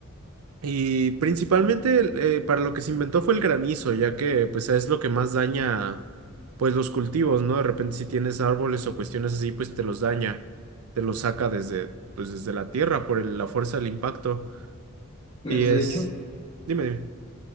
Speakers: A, on the right; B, on the left.
A: Y principalmente eh, para lo que se inventó fue el granizo, ya que pues es lo que más daña pues los cultivos, ¿no? De repente si tienes árboles o cuestiones así, pues te los daña, te los saca desde pues desde la tierra por el- la fuerza del impacto.
B: Pues
A: Y es,
B: de hecho,
A: dime, dime.